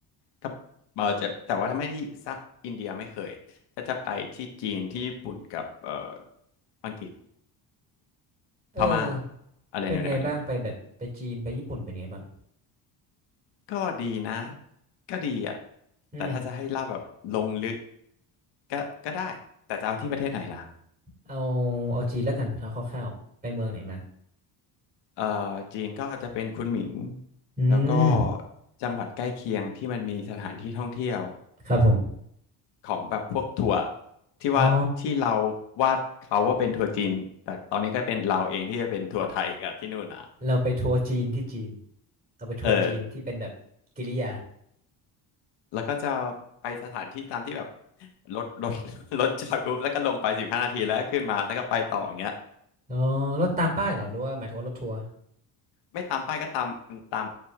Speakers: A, on the left (about 75°); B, on the right (about 20°).
A: ถ้าเราจะแต่ว่าถ้าไม่ที่ซะอินเดียไม่เคยก็จะไปที่จีนที่ญี่ปุ่นกับเอ่ออังกฤษ
B: เออ
A: พม่าอะไรแนวๆเนี้ย
B: เป็นไงบ้างไปแบบไปจีนไปญี่ปุ่นเป็นไงบ้าง
A: ก็ดีนะก็ดีอ่ะ
B: อืม
A: แต่ถ้าจะให้เล่าแบบลงลึกก็ก็ได้แต่จะเอาที่ประเทศไหนล่ะ
B: เอาเอาจีนแล้วกันเอาคร่าวๆไปเมืองไหนมา
A: เอ่อจีนก็จะเป็นคุนหมิง
B: อืม
A: แล้วก็จังหวัดใกล้เคียงที่มันมีสถานที่ท่องเที่ยว
B: ครับผม
A: ของแบบพวกถั่วที่ว่าที่เรา
B: อ๋อ
A: วาดเขาว่าเป็นถั่วจีนแต่ตอนนี้ก็เป็นเราเองที่จะเป็นถั่วไทยกับที่นู่นอ่ะ
B: เราไปทัวร์จีนที่จีนเราไปทัวร์จีนที่เป็นแบบกิริยา
A: เออแล้วก็จะไปสถานที่ตามที่แบบรถรถรถจอดปุ๊บแล้วก็ลงไปสิบห้านาทีแล้วก็ขึ้นมาแล้วก็ไปต่ออย่างเงี้ย
B: อ๋อรถตามป้ายเหรอหรือว่าหมายถึงว่ารถทัวร์
A: ไม่ตามป้ายก็ตามตาม